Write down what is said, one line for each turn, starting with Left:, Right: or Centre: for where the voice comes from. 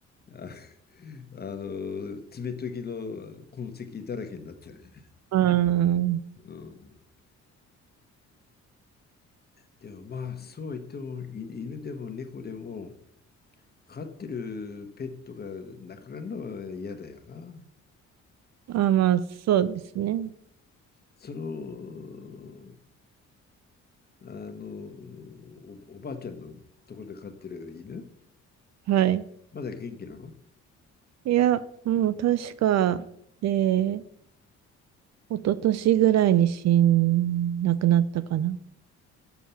Left: あ、<laughs> あの、爪研ぎの痕跡だらけになっちゃうよね。
Right: あー
Left: うん。でもまあ、そうは言っても、い犬でも猫でも、飼ってるペットが亡くなるのは嫌だよな。
Right: あー、まあそうですね。
Left: その、あの、お、おばあちゃんのところで飼ってる犬、
Right: はい。
Left: まだ元気なの
Right: いや、もう確か、えー、一昨年ぐらいに死ん、亡くなったかな。